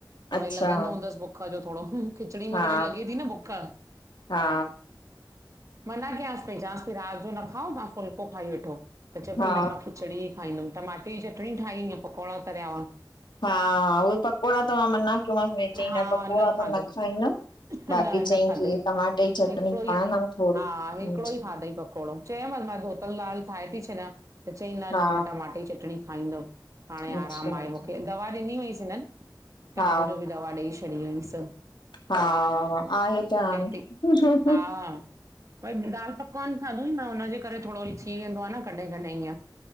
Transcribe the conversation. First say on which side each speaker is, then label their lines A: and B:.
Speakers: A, on the right; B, on the left.
A: त वही
B: अच्छा
A: लॻंदो हूंदसि बुख बुख जो थोड़ो खिचड़ी में
B: हा
A: त वई लॻे ती न बुख।
B: हा
A: मना कियांस पई, चवांस पई रात जो न खाओ मा फुल्को खाई वठो, त चए पई
B: हा
A: न मां खिचड़ी ई खाईंदमि टमाटे जी चटणीं ठाही अंऐं पकोड़ा तरिया हुआ।
B: हा उहोई पकोड़ा त मां मना कयोमांस वही चंईं
A: हा
B: पकोड़ा
A: खाधई
B: त न खाईंदमि।
A: न
B: बाक़ी चईं
A: न खाधई,
B: की टमाटे जी चटणी
A: हिकिड़ो
B: खणंदमि
A: ई
B: थोरी
A: हा हिकिड़ो
B: हम्म
A: ई खाधई पकोड़ो। चयोमांस मां धोतल दालि ठाहे थी छॾियां, त चईं न
B: हा
A: न मां टमाटे जी चटणीं खाईंदमि। हाणे आरामु
B: अच्छा
A: आहे
B: अच्छा
A: मुखे, दवा ॾिनी हुवंईसि हिननि शाम
B: हा
A: जो बि दवा ॾई छॾी हुवंईसि।
B: हा आहे त हांणे
A: थी हा भई दाल पकवान खाधो हंई न, हुनजे करे थोड़ो थी वेंदो आ न कॾहिं -कॾहिं ईअं